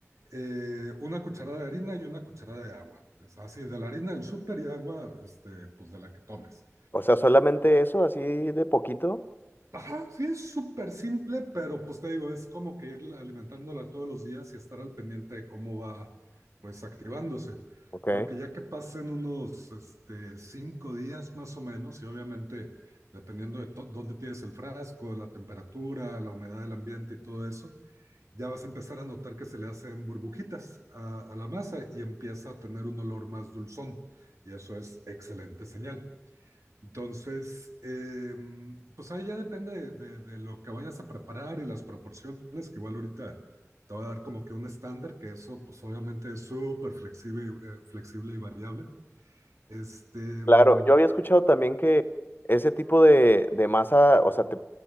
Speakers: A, on the right (about 80°); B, on the left (about 40°).
A: eh, una cucharada de harina y una cucharada de agua. Pues así, de la harina del súper y agua, este, pues de la que tomes.
B: O sea, solamente eso, así de poquito.
A: Ajá, sí, es súper simple, pero pues te digo, es como que ir alimentándola todos los días y estar al pendiente de cómo va, pues activándose.
B: Ok.
A: Porque ya que pasen unos este, cinco días más o menos, y obviamente dependiendo de to- dónde tienes el frasco, la temperatura, la humedad del ambiente y todo eso, ya vas a empezar a notar que se le hacen burbujitas a, a la masa y empieza a tener un olor más dulzón. Y eso es excelente señal. Entonces, eh, pues ahí ya depende de, de, de, lo que vayas a preparar y las proporciones, que igual ahorita te voy a dar como que un estándar, que eso pues obviamente es súper flexible, eh, flexible y variable. Este, um,
B: Claro, yo había escuchado también que ese tipo de, de masa, o sea, te,